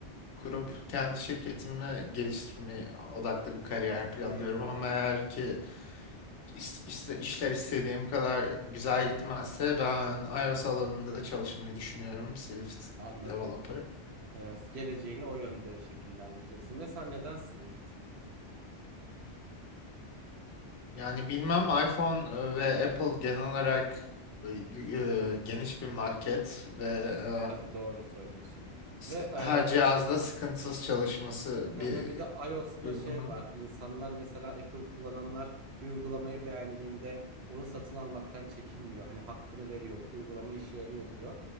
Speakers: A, on the left (about 80°); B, on the right (about 65°).
A: kurup
B: hı hı.
A: kendi şirketimi geliştirmeye odaklı bir kariyer planlıyorum
B: Hmm,
A: ama eğer ki is- is- işler istediğim kadar güzel gitmezse ben iOS alanında çalışmayı düşünüyorum Swift
B: anladım.
A: developer.
B: E, geleceğini o yönde şekillendireceksin. Mesela neden Swift?
A: Yani bilmem iPhone e, ve Apple genel olarak e, gü- e, geniş bir market ve e,
B: Tabii doğru söylüyorsun.
A: s-
B: Ve e,
A: her cihazda sıkıntısız çalışması bir
B: Hı hı, Bir de iOS'ta
A: uygulamanın.
B: şey var. İnsanlar mesela Apple kullananlar bir uygulamayı beğendiğinde onu satın almaktan çekinmiyor. Hani hakkını veriyor. Bu uygulama işe yarıyor diyor.